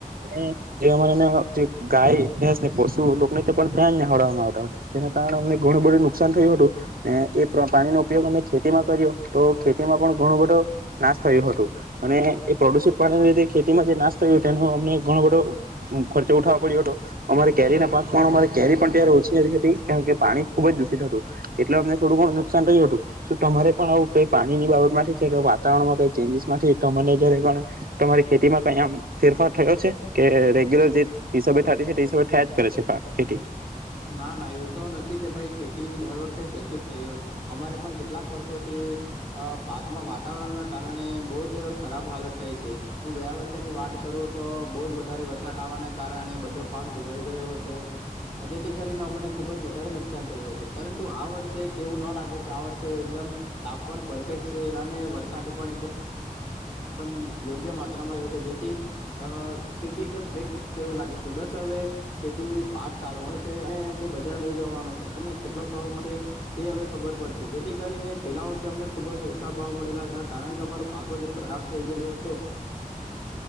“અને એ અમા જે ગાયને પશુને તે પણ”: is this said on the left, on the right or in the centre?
Right